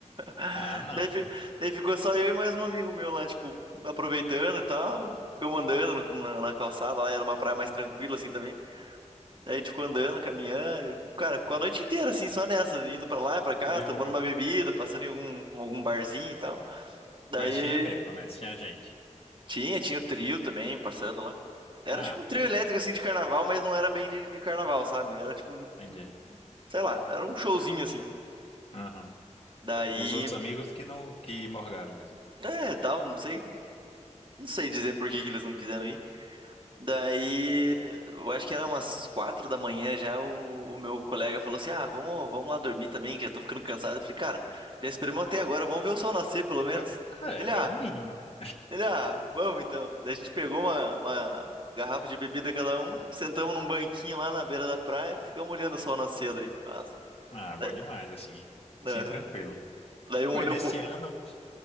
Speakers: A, on the right; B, on the left.
A: <laughs>
B: Ah, não,
A: Daí, fi- daí ficou só eu e mais um amigo meu lá, tipo, aproveitando e tal. Ficamos andando no- na, na calçada lá, era uma praia mais tranquila assim também. Daí a gente ficou andando, caminhando. e, Cara, ficou a noite inteira assim, só nessa, indo pra lá e pra cá,
B: de
A: tomando
B: boa.
A: uma bebida, passando em algum, algum barzinho e tal. Daí.
B: Mas tinha evento, pelo menos, tinha gente.
A: Tinha, tinha o trio também passando lá. Era
B: Ah,
A: tipo um trio
B: pô,
A: elétrico assim de carnaval, mas não era bem de, de carnaval, sabe? Era tipo, um-
B: entendi.
A: sei lá, era um showzinho assim.
B: Aham.
A: Daí,
B: Os outros amigos que não, que morgaram mesmo.
A: é, tal, não sei, não sei dizer por que que eles não quiseram ir. Daí, eu acho que era umas quatro da manhã já o, o meu colega falou assim: "Ah, vamos, vamos lá dormir também, que já tô ficando cansado". Eu falei: "Cara, já esperamos até agora, vamos ver o sol nascer pelo menos".
B: Ah, É,
A: Ele: "Ah,
B: é o mínimo, né?
A: Ele, ah, vamos então. Daí a gente pegou uma, uma garrafa de bebida cada um, sentamos num banquinho lá na beira da praia e ficamos olhando o sol nascer daí. Nossa.
B: Ah, bom
A: Daí,
B: demais, assim. Sim,
A: aham.
B: tranquilo.
A: Daí um
B: Foi
A: olhou
B: nesse
A: pro,
B: ano,